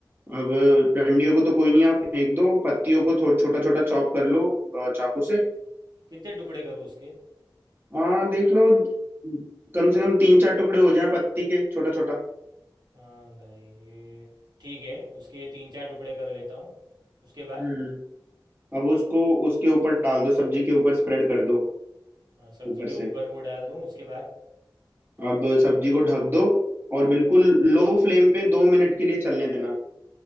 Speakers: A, on the right (about 30°); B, on the right (about 60°).
A: अब डंडियों को तो कोई नहीं आप फेंक दो पत्तियों को थो, छोटा छोटा चॉप कर लो अ, चाकू से
B: कितने टुकड़े करूँ उसके
A: हाँ देख लो कम से कम तीन चार टुकड़े हो जाएं पत्ती के छोटा छोटा
B: हाँ भाई ये ठीक है उसके तीन चार टुकड़े कर लेता हूँ उसके बाद
A: हम्म अब उसको उसके ऊपर डाल दो सब्जी के ऊपर स्प्रेड कर दो
B: हाँ, सब्जी
A: ऊपर
B: के
A: से
B: ऊपर वो डाल दूँ उसके बाद
A: अब सब्जी को ढक दो और बिल्कुल लो फ्लेम पे दो मिनट के लिए चलने देना